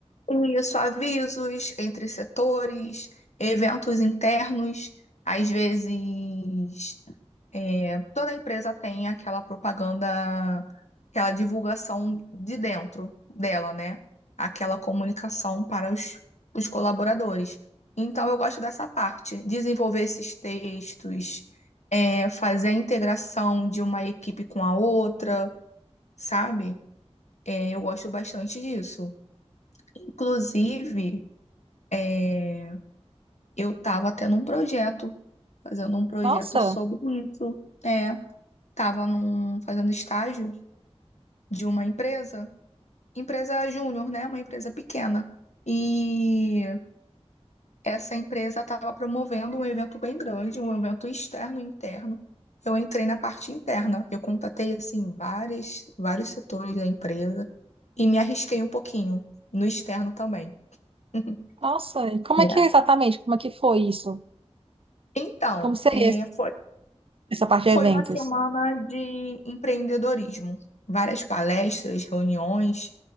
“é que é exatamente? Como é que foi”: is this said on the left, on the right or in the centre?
Right